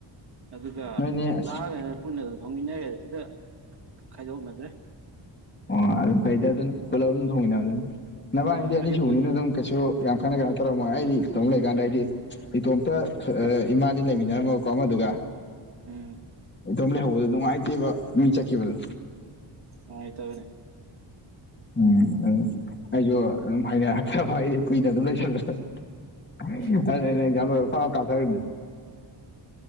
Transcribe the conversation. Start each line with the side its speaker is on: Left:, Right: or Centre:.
Right: ꯑꯗꯨꯒ
Left: ꯅꯣꯏꯅꯦ ꯑꯁ
Right: ꯂꯥꯛꯑꯒꯅ ꯄꯨꯟꯅ ꯑꯗꯨꯝ ꯊꯣꯡꯃꯤꯟꯅꯔꯦ ꯁꯤꯗ ꯈꯥꯏꯗꯣꯛꯅꯗ꯭ꯔꯦ
Left: ꯑꯣ ꯑꯗꯨ ꯐꯩꯗ ꯑꯗꯨꯅ ꯄꯨꯂꯞ ꯑꯗꯨꯝ ꯊꯣꯡꯃꯤꯟꯅꯕ ꯑꯗꯨꯅꯤ ꯅꯕꯥꯅꯤꯗꯤ
Right: ꯎꯝ
Left: ꯑꯅꯤꯁꯨꯨꯕꯅꯤꯅ
Right: ꯑꯌꯨꯛꯄꯨ
Left: ꯑꯗꯨꯝ ꯀꯩꯁꯨ ꯌꯥꯝ ꯀꯟꯅ ꯀꯩꯅꯣ ꯇꯧꯔꯝꯃꯣꯏ ꯑꯩꯗꯤ ꯏꯇꯣꯝ ꯂꯩꯀꯥꯟꯗ ꯍꯥꯏꯗꯤ ꯏꯇꯣꯝꯇ ꯏꯕꯥꯥꯅꯤ ꯂꯩꯃꯤꯟꯅꯔꯝꯃꯕꯀꯣ ꯑꯃꯗꯨꯒ
Right: ꯎꯝ
Left: ꯏꯇꯣꯝ ꯂꯩꯍꯧꯕꯗꯣ ꯅꯨꯡꯉꯥꯏꯇꯦꯕ ꯃꯤ ꯆꯠꯈꯤꯕꯗꯣ
Right: ꯅꯨꯉꯥꯏꯇꯕꯅꯦ
Left: ꯎꯝ ꯑꯗꯨ ꯑꯩꯁꯨ ꯑꯗꯨꯝ ꯍꯥꯏꯩꯅꯔꯛꯇꯕ ꯑꯩꯁꯨ ꯀꯨꯏꯅ ꯑꯗꯨꯝ ꯂꯩꯁꯟꯕ ꯑꯗꯨꯏꯅꯦ
Right: ꯎꯝ
Left: ꯑꯩꯅ ꯑꯦꯛꯖꯥꯝ ꯂꯣꯏꯕꯒ ꯐꯠ ꯀꯞꯊꯔꯤꯗꯣ